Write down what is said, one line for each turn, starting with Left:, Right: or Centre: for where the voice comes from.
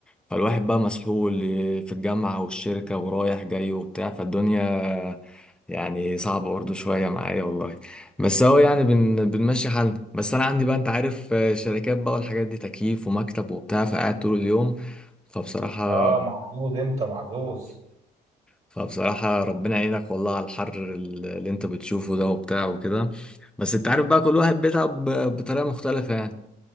Centre: فالواحد بقى مسحول في الجامعة والشركة ورايح جاي وبتاع فالدنيا يعني صعبة برضه شوية معايا والله بس هو يعني بن بنمشي حالنا بس أنا عندي بقى أنت عارف آه، شركات بقى والحاجات دي تكييف ومكتب وبتاع فقاعد طول اليوم فبصراحة
Right: اه محظوظ انت محظوظ
Centre: فبصراحة ربنا يعينك والله على الحر اللي أنت بتشوفه ده وبتاع وكده بس أنت عارف بقى كل واحد بيتعب بطريقة مختلفة يعني